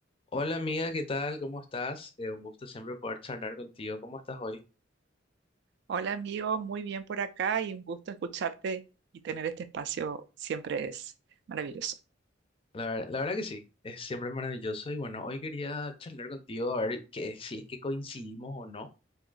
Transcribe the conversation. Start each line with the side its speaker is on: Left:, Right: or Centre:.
Left: Hola amiga, ¿qué tal? ¿Cómo estás? Eh, un gusto siempre poder charlar contigo. ¿Cómo estás hoy?
Right: Hola amigo, muy bien por acá y un gusto escucharte y tener este espacio siempre es maravilloso.
Left: La verdad, la verdad que sí, es siempre maravilloso y bueno, hoy quería charlar contigo a ver que, si es que coincidimos o no